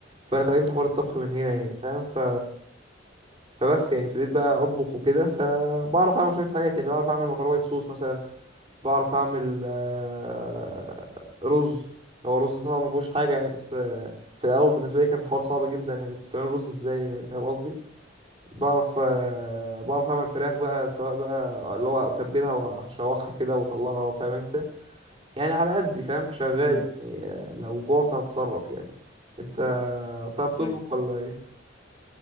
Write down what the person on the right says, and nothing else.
فانا اتعلمت حوار الطبخ من هنا
يعني فاهم ف فبس يعني ابتديت بقى اطبخ وكده فبعرف اعمل شويه حاجات يعني بعرف اعمل مكرونه وايت صوص مثلا بعرف اعمل آه، رز هو الرز طبعا ما فيهوش حاجه يعني بس آه، في الاول بالنسبه لي كان الحوار صعب جدا يعني بتعمل رز ازاي يعني فاهم قصدي بعرف آه، بعرف اعمل فراخ بقى سواء بقى اللي هو اتبلها واشوحها كده واطلعها فاهم انت يعني على قد فاهم شغال
يعني آه، لو جوعت هتصرف يعني انت بتعرف تطبخ
ولا ايه